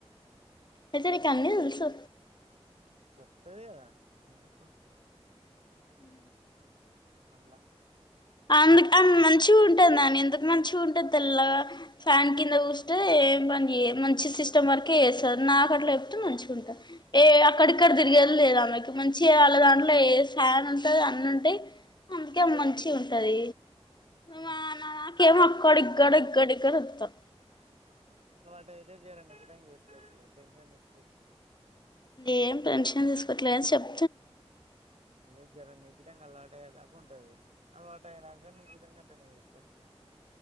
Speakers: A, on the left; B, on the right.
A: ఐతే నీక్ అన్ని తెలుసు
B: చెప్తది కదా ఎందుకు
A: హ
B: అట్లా
A: అందుకు అ మంచి ఉంటుందాని ఎందుకు మంచిగా ఉంటాంది తెల్ల ఫాన్ కింద కూూస్తే పని మంచి సిస్టమ్ వరకే చేస్తారు నా అట్లో చెప్తూ మంచిగా ఉంటుంది ఏ అక్కడిక్కడ
B: ఉమ్
A: తిరిగేది లేదుామెకి మంచిగా వాళ్ళ దాంట్లో ఏ ఫ్యాన్ ఉంటుంది అన్న ఉంటాయి అందుకే
B: ఉమ్
A: మంచి ఉంటది
B: ఉమ్
A: నా నాకేమో కొడిక్ గడిక్
B: నువ్వు
A: గడిక్ అని వత్తర్
B: <unintelligible> చేసుకోవచ్చు లే టెన్షన్ తీసుకోక్
A: ఏం పెన్షన్ తీసుకోవట్లే గాని చెప్
B: మ్మ్ జరం నీగిటంగా అల్లాటయ్యే దాకా ఉంటది. అలవాటు అయినంక నీకు గుటంగ అట్లనే చేసుకోవచ్చు గా